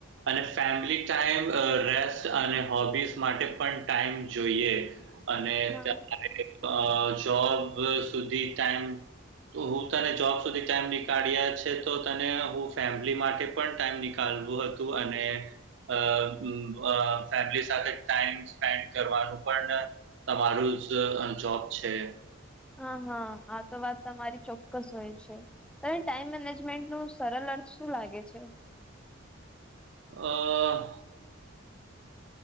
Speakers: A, on the right; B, in the centre.
A: અને ફેમિલી ટાઈમ રેસ્ટ અને હોબીસ માટે પણ ટાઈમ જોઈએ અને
B: હા
A: ત્યારે અ જોબ સુધી ટાઈમ હું તને જોબ સુધી ટાઈમ નીકાળ્યા છે. તો તને હું ફેમિલી માટે પણ ટાઈમ નીકાલવું હતું અને અ અ ફેમિલી સાથે ટાઈમ સ્પેન્ડ કરવાનું પણ તમારું જ જોબ છે.
B: હ હ આ તો વાત તમારી ચોક્કસ હોય છે. તને ટાઈમ મેનેજમેન્ટનું સરલ અર્થ શું લાગે છે?
A: અ